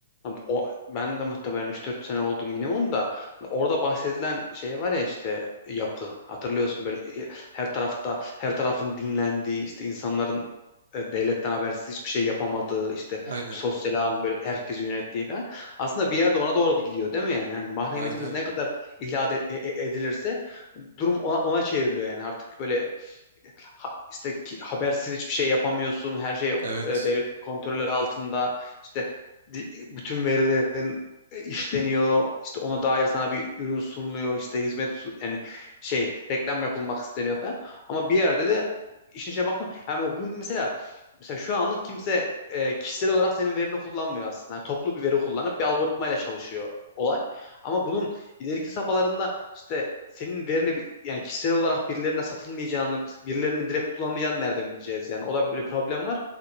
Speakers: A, on the left; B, on the right.
A: Tam O, ben de muhtemelen üç dört sene oldu minimum da hani orada bahsedilen şey var ya işte yapı hatırlıyorsun böyle e, her tarafta her tarafın dinlendiği işte insanların e, devletten habersiz hiçbir şey yapamadığı işte
B: Aynen.
A: sosyal ağın böyle herkesi yönettiği falan aslında bir yerde ona doğru gidiyor değil mi yani, yani mahremiyetimiz
B: Evet evet.
A: ne kadar ihlal e- e- edilirse durum ona, ona çevriliyor yani artık böyle ha- işte ki- habersiz hiçbir şey yapamıyorsun. Her şey
B: Evet.
A: e, devletin kontrolü altında. İşte di- bütün verilerin e, işleniyor. İşte ona dair sana bir ürün sunuluyor. İşte hizmet su- yani şey reklam yapılmak isteniyor falan. Ama bir yerde de işin içine baktım. Yani bu mesela mesela şu anlık kimse e, kişisel olarak senin verini kullanmıyor aslında. Yani toplu bir veri kullanıp bir algoritmayla çalışıyor olay. Ama bunun ileriki safhalarında işte senin verini bi- yani kişisel olarak birilerine satılmayacağını, birilerinin direkt kullanmayacağını nereden bileceğiz yani? O da böyle bir problem var.